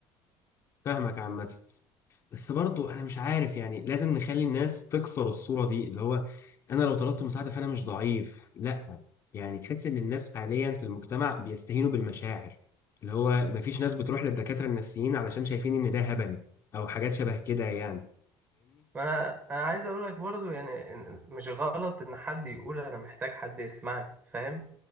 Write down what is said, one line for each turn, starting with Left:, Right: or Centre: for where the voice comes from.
Left: فاهمك عامه بس برضو انا مش عارف يعني لازم نخلي الناس تكسر الصوره دي اللي هو انا لو طلبت مساعده فانا مش ضعيف لا يعني تحس ان الناس حاليا في المجتمع بيستهينوا بالمشاعر اللي هو مفيش ناس بتروح للدكاتره النفسيين علشان شايفين ان ده هبل او حاجات شبه كده يعني
Right: فانا انا انا عايز اقول لك برضو يعني إن- مش غلط ان حد يقول
Left: فاهمني
Right: انا محتاج حد يسمعني فاهم